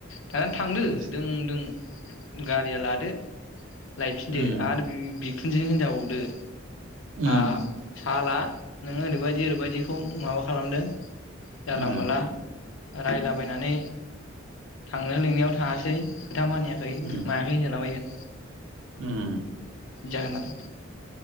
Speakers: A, on the left (about 70°); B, on the right (about 65°).
A: दाना थांदो
B: सेस
A: दों दों गारिया लादो। <unintelligible> लायफिनदो
B: उम
A: आरो <unintelligible> बिखुनजोजों <unintelligible> होनजाबावदो। हाब
B: उम
A: साला नोङो ओरैबायदि ओरैबायदिखौ माबा खालामदों जानला
B: उम
A: माला रायला बायनानै थांनो लिंनायाव थाङासै खोथा मानियाखै
B: उम
A: मायाखै होनजाला बायगोन।
B: उम
A: जागोन आरो